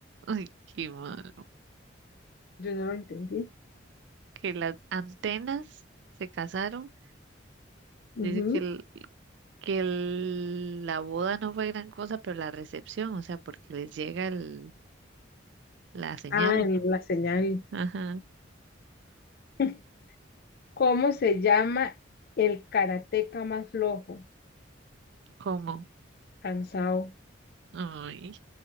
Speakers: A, on the right (about 65°); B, on the left (about 50°).
A: Ay, qué malo.
B: yo no lo entendí.
A: Que las antenas se casaron.
B: Ujú.
A: Dice que, el- que el- la boda no fue gran cosa, pero la recepción, o sea, porque les llega el- la señal.
B: Ah, en la señal.
A: Ajá.
B: <laughs> ¿Cómo se llama el karateca más flojo?
A: ¿Cómo?
B: Cansado.
A: Ay.